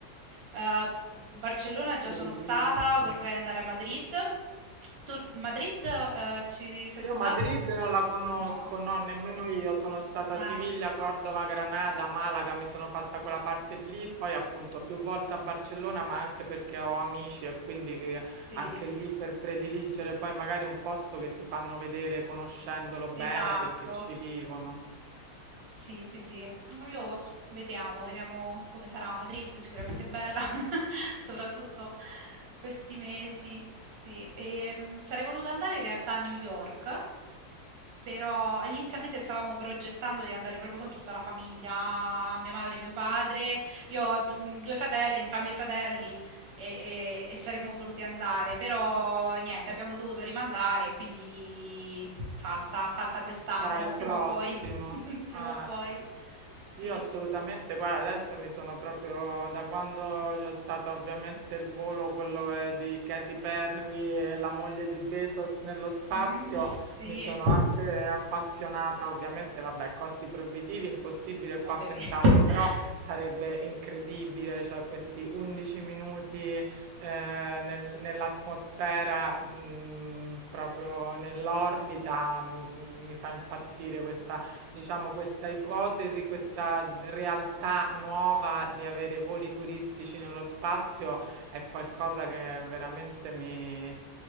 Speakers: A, on the right (about 45°); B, on the right (about 85°).
A: Eh, Barcellona già
B: Bellissimo.
A: sono stata, vorrei andare a Madrid. Tu, Madrid, eh, ci sei stata?
B: Io Madrid non la conosco,
A: No.
B: no, nemmeno io. Sono stata
A: Eh,
B: a Siviglia, Cordova, Granada, Malaga, mi sono fatta quella parte lì, poi appunto più volte a Barcellona, ma anche perché ho amici e quindi che
A: sì,
B: anche lì per prediligere poi magari un posto che ti fanno vedere conoscendolo bene
A: esatto.
B: perché ci vivono.
A: Sì, sì, sì. No, io s- vediamo, vediamo come sarà a Madrid, sicuramente bella, <laughs> soprattutto questi mesi, sì. E, mh, sarei voluta andare in realtà a New York, però inizialmente stavamo progettando di andare proprio con tutta la famiglia, mia madre e mio padre. Io ho d- mh, due fratelli, entrambi i fratelli, e, e- e saremmo voluti andare, però niente, abbiamo dovuto rimandare, quindi salta, salta quest'anno,
B: Sarà il
A: prima
B: prossimo.
A: o poi, <laughs> prima
B: Eh.
A: o poi. Sì,
B: Io assolutamente, guarda, adesso mi sono proprio da quando c'è stato ovviamente il volo, quello eh, di Katy Perry e la moglie di Bezos nello spazio,
A: Mm, sì,
B: mi sono anche appassionata, ovviamente, vabbè, costi proibitivi, impossibile qua
A: ovviamente.
B: pensarlo, però
A: <laughs>
B: sarebbe incredibile, cioè questi 11 minuti eh, nel- nell'atmosfera, mh, proprio nell'orbita, mi, mi fa impazzire questa diciamo, questa ipotesi, questa realtà nuova di avere voli turistici nello spazio è qualcosa che veramente mi,